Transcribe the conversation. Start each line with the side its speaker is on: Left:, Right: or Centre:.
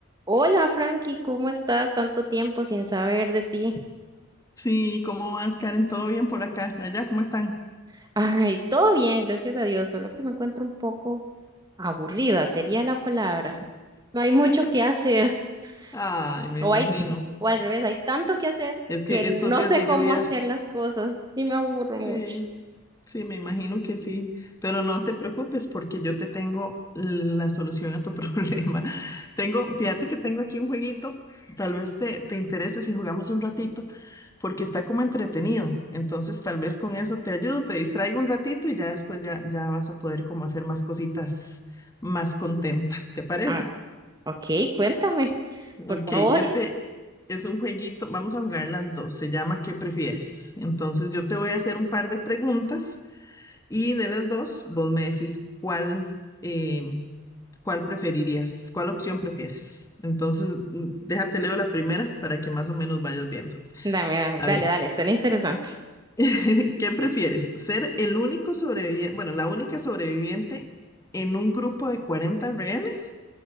Right: Hola Frankie, ¿cómo estás? Tanto tiempo sin saber de ti.
Left: Sí, ¿cómo vas, Karen? ¿Todo bien por acá? Allá, ¿cómo están?
Right: <laughs> Ay, todo bien, gracias a Dios, solo que me encuentro un poco aburrida, sería la palabra. No hay mucho
Left: <laughs>
Right: que hacer, <laughs>
Left: Ay, me
Right: o
Left: imagino.
Right: hay, t- o al revés, hay tanto que hacer
Left: Es que
Right: que no
Left: estos días
Right: sé
Left: de
Right: cómo
Left: lluvia,
Right: hacer las cosas y me aburro
Left: sí,
Right: mucho.
Left: sí, me imagino que sí. Pero no te preocupes porque yo te tengo la solución a tu <laughs> problema. Tengo, fíjate que tengo aquí un jueguito. Tal vez te, te interese si jugamos un ratito porque está como entretenido. Entonces, tal vez con eso te ayudo, te distraigo un ratito y ya después ya, ya vas a poder como hacer más cositas más contenta. ¿Te parece?
Right: Ah, ok, cuéntame, por
Left: Ok,
Right: favor.
Left: este es un jueguito, vamos a jugar las dos, se llama ¿Qué prefieres? Entonces yo te voy a hacer un par de preguntas y de las dos vos me decís cuál, eh, cuál preferirías, cuál opción prefieres. Entonces mm, déjate leo la primera para que más o menos vayas viendo.
Right: Dame, dame,
Left: A
Right: dale,
Left: ver,
Right: dale, suena interesante.
Left: <laughs> ¿qué prefieres? ¿Ser el único sobreviviente, bueno, la única sobreviviente en un grupo de 40 rehenes